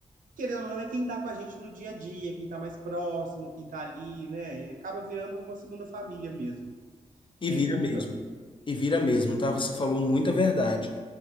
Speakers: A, on the right; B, on the left.
A: querendo ou não é quem está com a gente no dia a dia, quem está mais próximo, quem está ali, né? Acaba virando uma segunda família mesmo.
B: E
A: É
B: vira
A: importante.
B: mesmo. E vira mesmo, tá? Você falou muita verdade.